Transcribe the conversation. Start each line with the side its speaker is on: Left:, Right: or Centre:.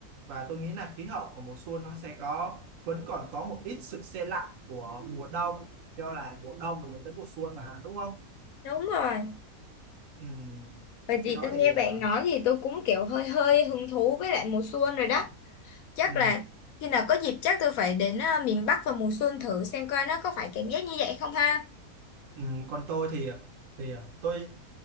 Right: và tôi nghĩ là khí hậu của mùa xuân nó sẽ có vẫn còn có một ít sự se lạnh của mùa đông do là mùa đông rồi mình đến mùa xuân mà đúng không?
Left: Đúng rồi,
Right: Ừ,
Left: bởi vì
Right: cái đó
Left: tôi nghe
Right: thì ờ,
Left: bạn nói thì tôi cũng kiểu hơi hơi hứng thú với lại mùa xuân rồi đó. Chắc
Right: ừ,
Left: là khi nào có dịp chắc tôi phải đến à, miền Bắc vào mùa xuân thử xem coi nó có phải cảm giác như vậy không ha.
Right: ừ, còn tôi thì thì ờ, tôi